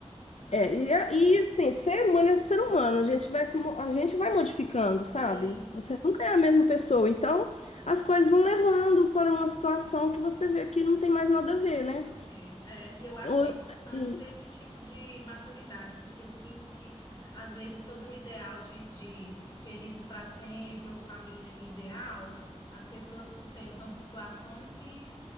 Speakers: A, on the left; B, on the left.
A: Ah,
B: É, e, a- e assim, ser humano é ser humano, a gente vai, se mo- a gente vai modificando, sabe?
A: sim,
B: Você nunca é a mesma pessoa, então
A: sim,
B: as coisas vão levando para uma situação que você vê que não tem mais nada a ver, né?
A: ok. É, e eu acho
B: Ou,
A: que é importante
B: isso,
A: ter esse tipo de maturidade, porque eu sinto que, às vezes, sob um ideal de, de felizes para sempre ou família ali ideal, as pessoas sustentam situações que